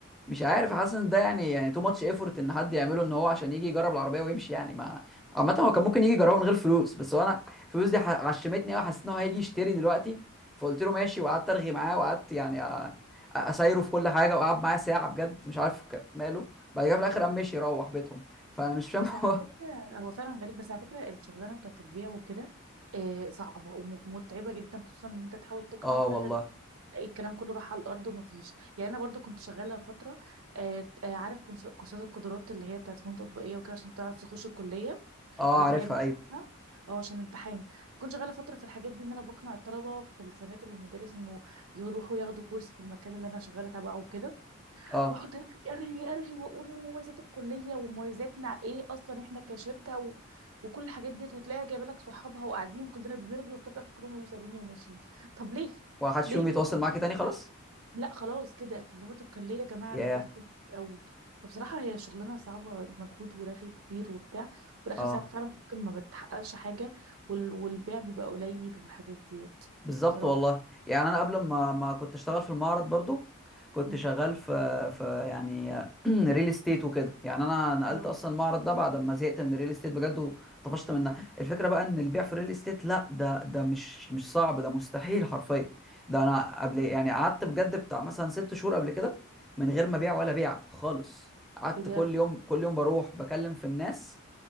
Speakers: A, in the centre; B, on the right.
A: مش عارف حاسس ان ده يعني يعني تو ماتش ايفورت ان حد يعمله ان هو عشان يجي يجرب العربيه ويمشي يعني ما عامه هو كان ممكن يجي يجربه من غير فلوس بس هو انا الفلوس دي ح- عشمتني قوي حسيت ان هو هيجي يشتري دلوقتي فقلت له ماشي وقعدت ارغي معاه وقعدت يعني أ- اسايره في كل حاجه وقعد معاه ساعه بجد مش عارف ك- ماله بعد كده في الاخر قام مشي يروح بيتهم فانا مش فاهم
B: بس على
A: هو
B: فكره هو فعلا غريب بس على فكره الشغلانه بتاعت البيع وكده آه، صعبه وم- ومتعبه جدا خصوصا ان انت تحاول
A: <laughs>
B: تقنع
A: اه
B: في
A: والله
B: الاخر تلاقي الكلام كله راح على الارض ومفيش يعني انا برضو كنت شغاله فتره آه آه، عارف كورس- كورسات القدرات اللي هي بتاعت فنون تطبيقيه وكده عشان تعرف تخش الكليه
A: اه
B: لو انت
A: عارفها
B: جايب مجموعها
A: ايوه
B: او عشان امتحان كنت شغاله فتره في الحاجات دي ان انا بقنع الطلبه في السناتر والمدارس انه يروحوا ياخدوا كورس في المكان اللي انا شغاله تبعه وكده
A: اه
B: واقعد ارغي ارغي ارغي واقول مميزات الكليه ومميزاتنا ايه اصلا احنا كشركه و... وكل الحاجات ديت وتلاقيها جايبه لك صحابها وقاعدين كلنا بنرغي وبتاع في الاخر كلهم سابيني وماشيين طب ليه
A: ولا حد فيهم
B: ليه
A: يتواصل معاك تاني خلاص
B: لا خلاص كده فاللي هو طب كان ليه يا جماعه
A: ياه
B: الرغي ده كله في الاول فبصراحه هي شغلانه صعبه مجهود ورغي كتير وبتاع وفي الاخر
A: اه
B: ساعات فعلا ممكن ما بتحققش حاجه وال... والبيع بيبقى قليل والحاجات ديت
A: بالظبط
B: بصراحه
A: والله يعني انا قبل ما ما كنت اشتغل في المعرض برضو كنت
B: مم.
A: شغال في في يعني <clears throat> ريل استيت وكده يعني انا نقلت
B: اه
A: اصلا المعرض ده بعد ما زهقت من الريل استيت بجد وطفشت منها الفكره بقى ان البيع في الريل استيت لا ده ده مش مش صعب ده مستحيل حرفيا ده انا قبل يعني قعدت بجد بتاع مثلا ست شهور قبل كده من غير ما بيع ولا بيع خالص قعدت
B: بجد
A: كل يوم كل يوم بروح بكلم في الناس